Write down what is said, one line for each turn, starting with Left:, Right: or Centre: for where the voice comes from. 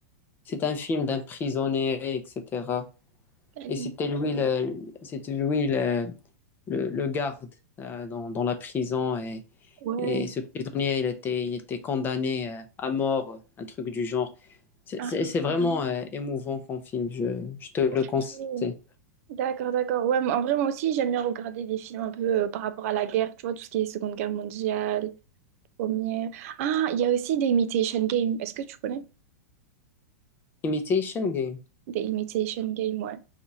Left: C'est un film d'un prisonnier, etc.
Right: La ligne.
Left: Et c'était lui le, c'était lui le, le, le garde euh, dans, dans la prison. Et,
Right: Ouais.
Left: et ce prisonnier, il était, il était condamné euh, à mort, un truc du genre. C'est,
Right: Ah,
Left: c'est, c'est vraiment euh, émouvant comme film, je, je te le
Right: ok.
Left: conseille.
Right: D'accord, d'accord. Ouais, mais en vrai, moi aussi, j'aime bien regarder des films un peu euh, par rapport à la guerre. Tu vois, tout ce qui est Seconde Guerre mondiale, Première. Ah, il y a aussi The Imitation Game. Est-ce que tu connais?
Left: Imitation Game.
Right: The Imitation Game, ouais.